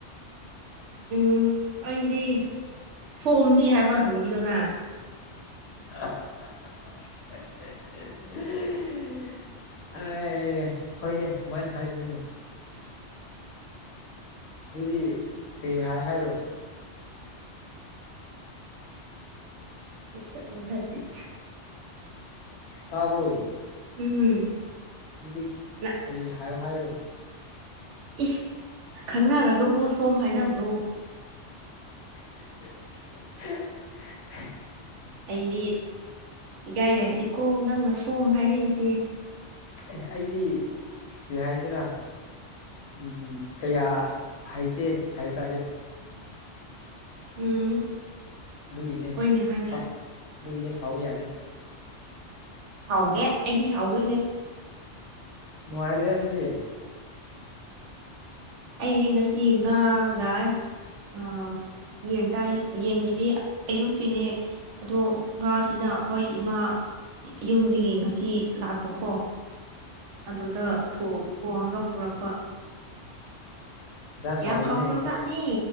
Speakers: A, on the right (about 75°); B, on the left (about 65°).
A: ꯎꯝ ꯑꯩꯗꯤ ꯁꯣꯝꯗꯤ ꯍꯥꯏꯕ ꯍꯧꯖꯤꯛꯀꯤꯗꯣ ꯅꯪ
B: ꯑꯥꯑꯥꯑꯥ ꯍꯍꯦ ꯍꯦ <inaudible> ꯑꯦ ꯍꯣꯏꯅꯦ ꯁꯨꯃꯥꯏꯅ ꯍꯥꯏꯕꯅꯤꯅꯦ
A: ꯑꯪ <inaudible>
B: ꯑꯗꯨꯗꯤ ꯀꯩ ꯍꯥꯏ ꯍꯥꯏꯔꯣ
A: ꯌꯦꯛꯇ ꯃꯗꯗꯤ <inaudible>
B: ꯇꯥꯕ꯭ꯔꯣ
A: ꯎꯝ
B: ꯑꯗꯨꯗꯤ
A: ꯅ-
B: ꯀꯔꯤ ꯍꯥꯏꯌꯣ ꯍꯥꯏꯔꯣ
A: ꯏꯁ ꯈꯪꯅꯔꯒꯕꯨ ꯁꯣꯝ ꯍꯥꯏꯅꯕ꯭ꯔꯣ
B: ꯍꯦꯍꯦꯍꯦ <inaudible>
A: ꯑꯩꯗꯤ ꯏꯒꯥꯏꯔꯛꯑꯦꯀꯣ ꯅꯪꯅ ꯁꯣꯝ ꯍꯥꯏꯔꯛꯏꯁꯦ
B: ꯑꯦ ꯑꯩꯒꯤ ꯀꯔꯤ ꯍꯥꯏꯁꯤꯔꯥ ꯎꯝ ꯀꯌꯥ ꯍꯩꯇꯦ ꯍꯥꯏꯕ ꯇꯥꯔꯦ
A: ꯎꯝ
B: ꯑꯗꯨꯒꯤꯅꯦ
A: ꯑꯣꯏꯅ ꯍꯥꯏꯅ
B: ꯑꯗꯨꯒꯤꯅꯦ ꯁꯥꯎꯕ ꯌꯥꯗꯦ
A: ꯁꯥꯎꯒꯦ ꯑꯩꯗꯤ ꯁꯥꯎꯗꯣꯏꯅꯦ
B: ꯅꯨꯡꯉꯥꯏꯔꯣꯏꯗ ꯁꯤꯗꯤ
A: ꯑꯩꯗꯤ ꯉꯁꯤ ꯉꯥ ꯒꯥ ꯑ ꯌꯦꯟ ꯆꯥꯏ ꯌꯦꯟꯒꯤꯗꯤ ꯑꯌꯨꯛꯀꯤꯅꯦ ꯑꯗꯣ ꯉꯥꯁꯤꯅ ꯑꯩꯈꯣꯏ ꯏꯃꯥ ꯌꯨꯝꯗꯒꯤ ꯉꯁꯤ ꯂꯥꯛꯄꯀꯣ ꯑꯗꯨꯗ ꯊꯣꯡꯉꯒ ꯄꯨꯔꯛꯄ
B: ꯌꯦꯟꯁꯥꯡ
A: ꯌꯥꯝ
B: ꯍꯥꯎꯋꯤꯅꯦ
A: ꯍꯥꯎꯈ꯭ꯔꯖꯥꯠꯅꯦ
B: ꯉꯁꯤ